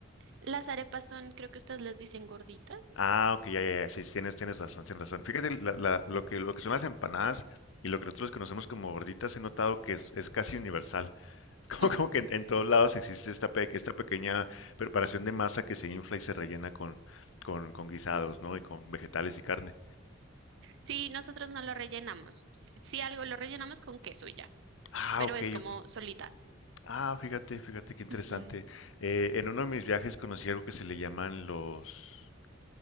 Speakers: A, on the right; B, on the left.
A: Las arepas son, creo que ustedes les dicen gorditas.
B: Ah, ok, ya, ya, ya, sí, tienes, tienes razón, tienes razón. Fíjate, la- la- lo que, lo que son las empanadas y lo que nosotros conocemos como gorditas, he notado que es, es casi universal. <laughs> Como,
A: Ujú.
B: como que en, en todos lados existe esta, pe- esta pequeña preparación de masa que se infla y se rellena con, con, con guisados, ¿no? Y con vegetales y carne.
A: Sí, nosotros no lo rellenamos. Si si algo lo rellenamos con queso y ya,
B: Ah,
A: pero
B: ok,
A: es como
B: ok.
A: solita.
B: Ah, fíjate, fíjate qué interesante.
A: Ujú.
B: Eh, en uno de mis viajes conocí algo que se le llaman los...